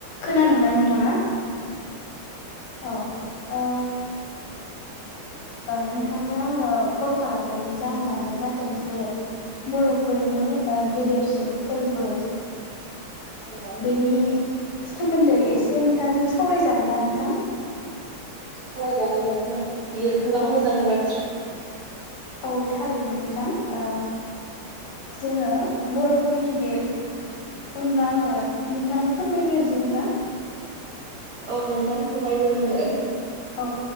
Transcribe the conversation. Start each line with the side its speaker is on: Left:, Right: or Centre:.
Left: खोनादोंना
Right: खोनादों
Left: नोंथाङा? अ ओ ओ नोंथांनो आङो कल खालामनायनि जाहोनानो जादों जे बर' फोरनि ओ गेदेरसिन फोरबो
Right: औ
Left: बेनि सोमोन्दै एसे नोंथांजों सावरायजागोन ना नोंथां?
Right: सावरायजागोन नोंथां बियो गोबां
Left: औ
Right: मोजांनि बाथ्रा।
Left: औ थारैनो नोंथां ओ जोङो बर'फोरनि गे होमब्ला आङो नोंथांनो फोरमायग्रोनोसै नोंथां।
Right: औ नोंथां फोरमायग्रोनो हागोन।
Left: औ